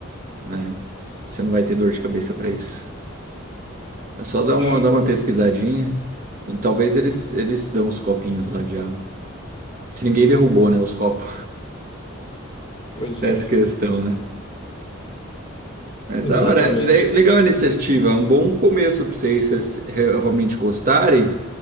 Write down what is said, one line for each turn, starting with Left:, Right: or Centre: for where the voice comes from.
Right: né? Você não vai ter dor de cabeça para isso. É só dar uma,
Left: Show.
Right: dar uma pesquisadinha. Talvez eles, eles dão uns copinhos lá já. Se ninguém derrubou, né, os copos <laughs>
Left: Pois
Right: nessa
Left: é,
Right: questão, né? Mas
Left: exatamente.
Right: da hora, le- legal a iniciativa, é um bom começo para vocês se vocês realmente gostarem.